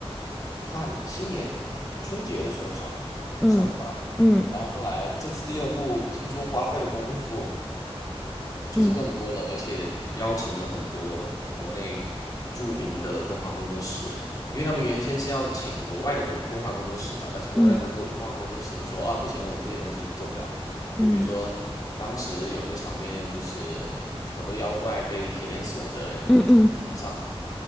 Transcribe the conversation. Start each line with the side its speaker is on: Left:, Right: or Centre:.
Left: 跨新年春节的时候上
Centre: 嗯嗯
Left: 上的吧，然后后来这次第二部听说花费的功夫就是更多了，
Centre: 嗯
Left: 而且邀请了很多国内著名的动画工作室，因为他们原先是要请国外的工动画工作室嘛，但是国外的工作动画工作室就说啊，
Centre: 嗯
Left: 不行，我们这些东西你做不了。
Centre: 嗯
Left: 就比如说，当时有一个场面，就是很多妖怪被铁链锁着，然后他们从天上
Centre: 嗯嗯